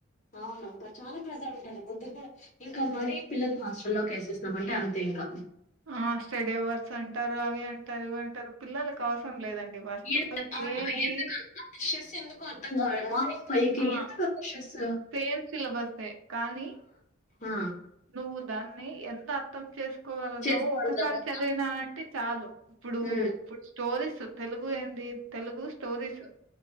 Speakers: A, on the left; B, on the right.
A: అవును చాలా ప్రెజర్ ఉంటది. కొద్దిగా కూడా ఇంకా మరీ పిల్లల్ హాస్టల్లోకి ఏసేస్తామంటే అంతే ఇంకా
B: ఆ స్టడీ అవర్స్ అంటారు అవి అంటారు ఇవి అంటారు పిల్లలకు అవసరం లేదండి ఫస్ట్
A: ఎం-
B: వాళ్ళకి
A: ఆ
B: ఏంది
A: ఎందుకు స్ట్రెస్ ఎందుకో అర్థం కాలే మార్నింగ్ పైకి
B: ఆ
A: ఎందుకు అంత షెస్స్
B: సేమ్ సిలబస్సే కానీ
A: ఆ
B: నువ్వు దాన్ని ఎంత అర్థం చేస్ గలుగుతావు
A: చేసుకోడము
B: ఒకసారి చదివిన అంటే చాలు ఇప్పుడు
A: ఉమ్
B: ఇప్పుడు స్టోరీస్ సు తెలుగు ఏంది? తెలుగు స్టోరీస్